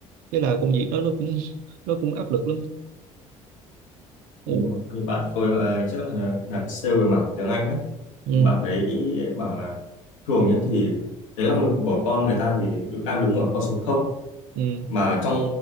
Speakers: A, on the right; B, on the left.
A: thế là công việc đó nó cũng <laughs> nó cũng áp lực lắm ừ
B: Đúng rồi. Như bạn tôi ờ, trước là làm sale về mảng tiếng Anh á
A: ừ
B: thì bạn đấy bảo là thường nhé thì cái năng lực của con người ta thì được đang đứng ở con số không
A: ừ
B: mà trong